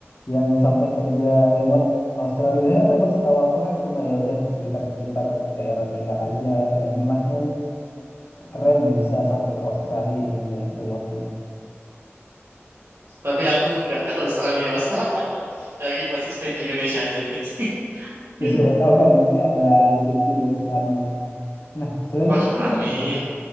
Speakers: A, on the left (about 55°); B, on the right (about 80°).
A: yang sampai kerja remote Australia. Biasanya kan remote setahu aku kan cuma ya udah sekitar-sekitar daerah tinggal aja. Nah, ini masnya nih keren nih bisa sampai ke Australia ininya remote-nya. <laughs>
B: Tapi aku nggak ke Australia mas. <laughs> Dari masih stay di Indonesia aja ini. <laughs>
A: Ya siapa tahu kan nanti ada rezeki buat ke sana mas. Nah, selain
B: Wah,
A: itu ada
B: amin.
A: nggak, Mas?